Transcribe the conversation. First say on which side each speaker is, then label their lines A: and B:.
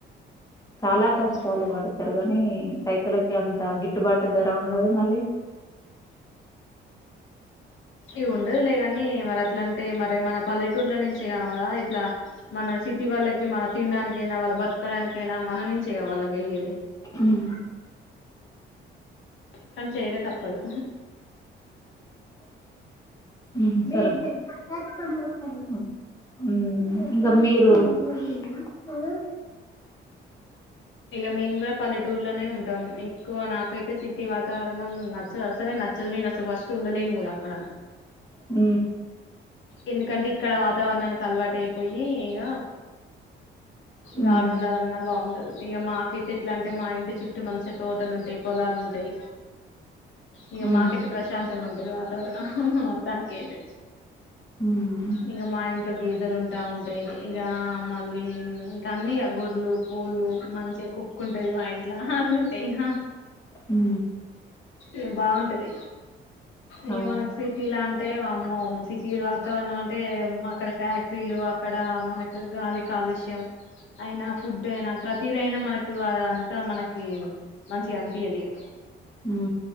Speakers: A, on the left; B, on the left.
A: చాలా
B: ఉమ్ ఉమ్.
A: కష్టాలు పడు స్తారు గని రైతులకి అంత గిట్టుబాటు ధర ఉండదు మళ్ళీ
B: ఇగ ఉండదులే గాని మరి అట్ల అంటే మరి మన పల్లెటూర్ల నుంచే కా ఇట్ల మన సిటీ వాళ్ళకి మన తినడానికైనా వాళ్ళు బతకడానికైనా మన నుంచే కా వాళ్ళకి వెళ్ళేది
A: ఉమ్.
B: కానీ చేయక తప్పదు.
A: మ్ బ్లడ్ రక్తం పోతంది ఉ ఇంకా మీరు ఓమీల పోత్
B: ఇగ మేము కూడా పల్లెటూరులోనే ఉంటాం ఎక్కువ నాకైతే సిటీ వాతావరణం నచ్చదు అసలే నచ్చదు నేను అసలు ఫస్ట్ ఉండలేను కూడా అక్కడ
A: ఉ
B: ఎందుకంటే ఇక్కడ వాతావరణానికి అలవాటు అయిపోయి ఇగ
A: ఉమ్
B: గాడు ఉండాలన్నా బాగుండదు ఇగ మాకైతే ఎట్లా అంటే మా ఇంటి చుట్టూ మంచిగా తోటలు ఉంటాయి పొలాలు ఉంటాయి ఇగ
A: ఉమ్
B: మాకు అయితే ప్రశాంతంగా ఉన్ అ వాతవరణం మొత్తాని కైయితే
A: ఉమ్
B: ఇంగ మాయన్ ఇగ గేదెలు ఉంటా ఉంటాయి ఇక మళ్ళీ ఇంకా అన్ని గొర్లు కోళ్ళు మంచిగా కుక్క ఉంటది మా ఇంట్ల హ అన్ని ఉంటాయి హ
A: ఉ
B: ఏం బాగుంటది ఇగ
A: ఆ
B: మనకు సిటీ లా అన్ ఏ అమ్మ సిటీ వాతావరణం అంటే అక్కడ ఫ్యాక్టరీలు అక్కడ మనకు గాలి కాలుష్యం అయినా ఫుడ్ అయినా ప్రతిదైనా మనకు అదంతా మనకి మంచిగా అనిపియ్యది ఇగ
A: ఉ